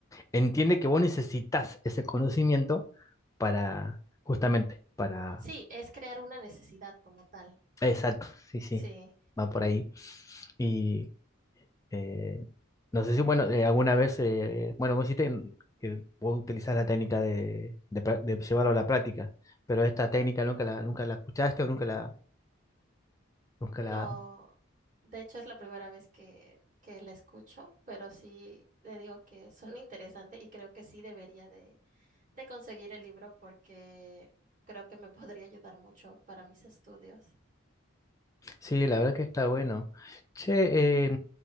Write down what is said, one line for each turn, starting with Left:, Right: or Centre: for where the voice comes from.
Left: entiende que vos necesitas ese conocimiento para, justamente, para,
Right: Sí, es crear una necesidad como tal.
Left: exacto, sí, sí,
Right: Sí.
Left: va por ahí. Y eh, no sé si, bueno, eh, alguna vez, eh, bueno, vos hiciste en- que vos utilizás la técnica de, de pra- de llevarlo a la práctica, pero esta técnica nunca la, nunca la escuchaste o nunca la, nunca
Right: No,
Left: la,
Right: de hecho es la primera vez que, que la escucho, pero sí le digo que <laughs> suena interesante y creo que sí debería de, de conseguir el libro porque creo que me <laughs> podría ayudar mucho para mis estudios.
Left: sí, la verdad que está bueno. Che, eh,